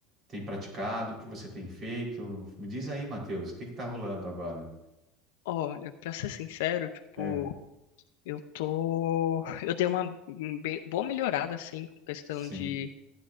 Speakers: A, on the right; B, on the left.
A: tem praticado, o que você tem feito. Me diz aí, Matheus, o que que está rolando agora?
B: Olha, pra ser sincero, tipo,
A: É,
B: eu tô. Eu dei uma um be- boa melhorada, assim, com questão
A: sim,
B: de